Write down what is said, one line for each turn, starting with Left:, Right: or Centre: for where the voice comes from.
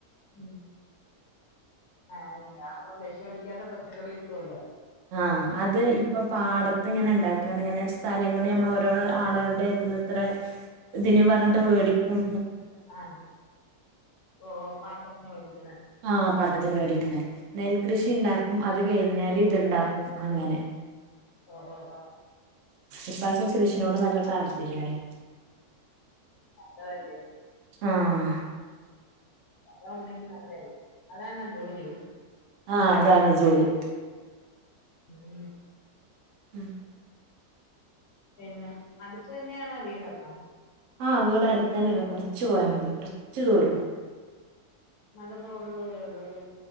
Left: ഉം ആഹ്പം അതാവുമ്പൊ വിഷടിക്കാത്ത പച്ചക്കറി കിട്ടുവല്ലോ?
Right: ആഹ അത് ഇപ്പൊ പാടത്ത്ങ്ങനെ ഇണ്ടാക്കാണ് ഇങ്ങനെ സ്ഥലങ്ങള്ൾ നമ്മൾ ഓരോരോ ആളുകളുടെ എടുത്ത് ഇത്രഇതിന് പറഞ്ഞിട്ട് മേടിക്കും.
Left: ആഹ ഓ പാട്ടത്തിന്വേടിക്ക.
Right: ആഹ പാട്ടത്തിന് മേടിക്കണ നെൽകൃഷി
Left: ഓ
Right: ഇണ്ടാക്കും അത് കഴിഞ്ഞാൽ. ഇതുണ്ടാക്കും അങ്ങനെ.
Left: ഓ ഓ ആ
Right: ഇപ്പാക്ക് കൃഷിനോട് നല്ല താല്പര്യാണ്.
Left: നല്ലതല്ലേ?
Right: ആഹ
Left: സ്ഥലം ഒണ്ടെങ്കി നല്ലതല്ലേ അതാണോജോലി?
Right: ആഹ അതാണ് ജോലി.
Left: ഉം
Right: ഉം
Left: പിന്നെ അടുത്ത് തന്നെയാണോ വീടൊക്കം.
Right: ആഹ് വീട് അടുത്ത് തന്നെയാണ് കുറച്ചു പോയാ മതി കുറച്ചു ദൂര ഒള്ളു.
Left: നടന്നു പോവാൻ ഉള്ള ദൂരള്ളുല്ലേ?